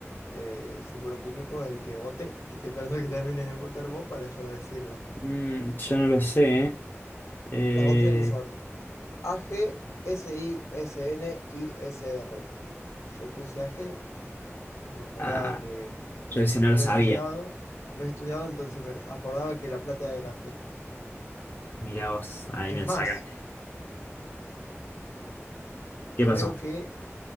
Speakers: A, on the left; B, on the left.
A: eh, el símbolo químico es el que vote, que estoy esperando que termine de votar vos para yo decirlo.
B: Mm, yo no lo sé, ¿eh? Eh,
A: Las opciones son AG, SISN y SR. Yo puse AG, yo me acordaba
B: ah,
A: que
B: yo ese
A: lo
B: no lo
A: lo
B: sabía.
A: he estudiado, lo he estudiado, entonces me acordaba que la plata era G.
B: Mira vos, ahí
A: Es
B: me lo
A: más,
B: sacaste. ¿Qué
A: creo
B: pasó?
A: que,